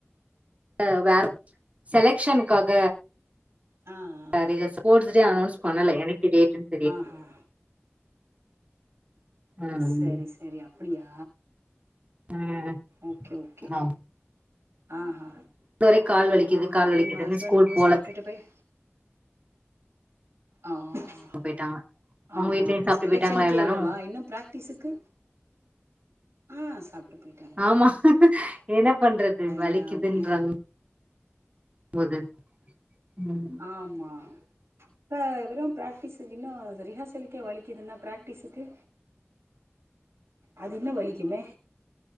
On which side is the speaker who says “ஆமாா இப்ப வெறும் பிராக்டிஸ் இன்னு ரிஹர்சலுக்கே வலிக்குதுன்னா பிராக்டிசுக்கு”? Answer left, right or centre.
Right